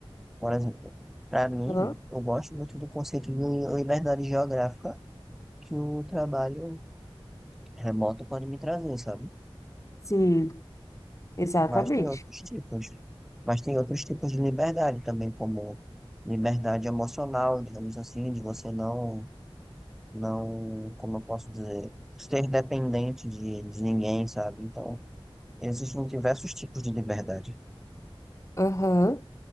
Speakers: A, in the centre; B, on the left.
A: Por exemplo, para mim,
B: Aham.
A: eu gosto muito do conceito de liberdade geográfica que o trabalho remoto pode me trazer, sabe?
B: Sim, exatamente.
A: Mas tem outros tipos. Mas tem outros tipos de liberdade também, como liberdade emocional, digamos assim, de você não, não, como eu posso dizer, ser dependente de, de ninguém, sabe? Então, existem diversos tipos de liberdade.
B: Aham.